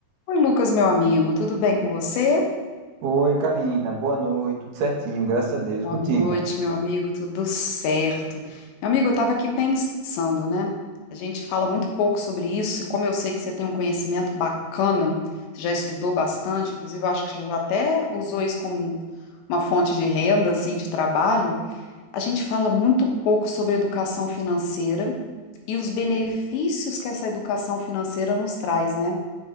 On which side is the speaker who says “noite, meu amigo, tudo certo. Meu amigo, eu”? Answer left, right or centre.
Left